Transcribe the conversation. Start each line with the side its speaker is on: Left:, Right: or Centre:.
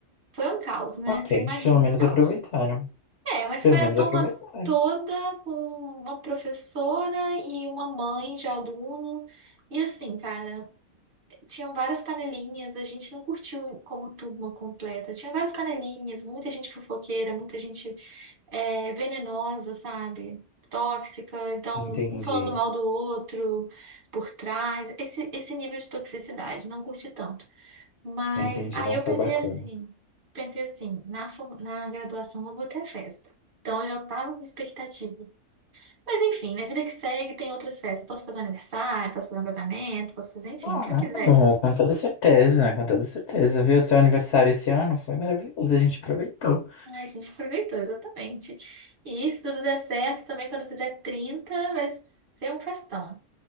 Right: Foi um caos, né?
Left: ok.
Right: Você imagina,
Left: Pelo menos
Right: um caos.
Left: aproveitaram.
Right: É, mas
Left: Pelo
Right: foi
Left: menos
Right: a turma
Left: aproveitaram.
Right: toda com uma professora e uma mãe de aluno. E assim, cara. Tinham várias panelinhas, a gente não curtiu como turma completa. Tinha várias panelinhas, muita gente fofoqueira, muita gente é, venenosa, sabe? Tóxica, então
Left: Entendi.
Right: um falando mal do outro por trás. Esse, esse nível de toxicidade, não curti tanto. Mas
Left: Entendi.
Right: aí
Left: Não
Right: eu
Left: foi
Right: pensei
Left: bacana.
Right: assim, pensei assim, na, for- na graduação eu vou ter festa. Então eu já tava com expectativa. Mas enfim, na vida que segue tem outras festas. Posso fazer aniversário, posso fazer um casamento, posso fazer, enfim,
Left: Claro,
Right: o que eu quiser.
Left: com toda certeza, com toda certeza. Viu? Seu aniversário esse ano foi maravilhoso. A gente aproveitou.
Right: Ai, a gente aproveitou, exatamente. E se tudo der certo, também quando eu fizer 30 vai ser um festão.